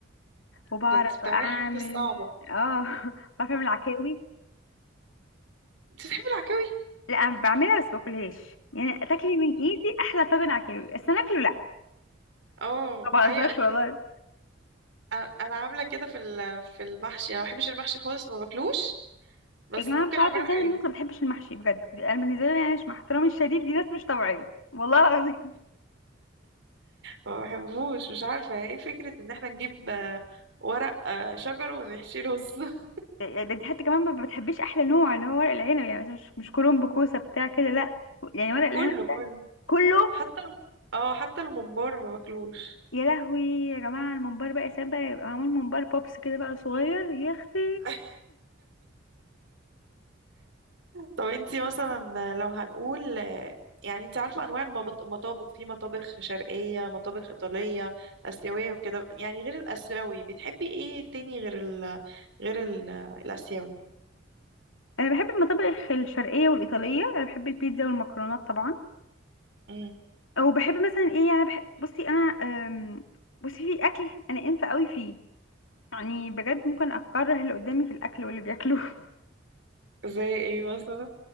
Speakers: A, on the left; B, on the right.
A: وبعرف
B: ده انتي بتعملي
A: اعمل
B: الحاجات الصعبه
A: اه <laughs> بعرف اعمل عكاوي
B: انتي بتحبي العكاوي
A: لا أنا بعملها بس باكلهاش يعني تاكلي من ايدي احلى طاجن عكاوي بس انا اكله لا
B: اه
A: ما
B: ايوه
A: بهزرش
B: ان-
A: والله
B: أ- انا عامله كده في ال- في المحشي انا ما بحبش المحشي خالص ما باكلوش بس
A: يا جماعه
B: ممكن
A: مش عارفه
B: اعمله
A: ازاي
B: حلو
A: الناس ما بتحبش المحشي بجد انا بالنسبه لي يعني مش مع احترامي الشديد دي ناس مش طبيعيه والله العظيم
B: ما بحبوش مش عارفه يعني ايه فكره ان احنا نجيب آه، ورق آه، شجر ونحشي رز <laughs>
A: ده ده دي حتى كمان ما بتحبيش احلى نوع اللي هو ورق العنب يعني مثلا مش مش كرنب كوسه بتاع كده لا يعني ورق العنب
B: كله كله
A: كله
B: حتى الم... اه حتى الممبار ما باكلوش
A: يا لهوي يا جماعة الممبار بقى يا سلام بقى يبقى معمول ممبار بوبس كده بقى صغير يا اختي
B: <laughs> طب انتي مثلا لو هنقول يعني انتي عارفة انواع المبط- المطابخ في مطابخ شرقية مطابخ ايطالية اسيوية وكده يعني غير الاسيوي بتحبي ايه تاني غير ال غير ال الاسيوي
A: انا بحب المطابخ الشرقية والإيطالية انا بحب البيتزا والمكرونات طبعا
B: امم
A: او بحب مثلا ايه يعني بحب بصي انا أم، بصي في اكل انا انفه قوي فيه يعني بجد ممكن اكره اللي قدامي في الاكل واللي بياكلوه
B: زي ايه مثلا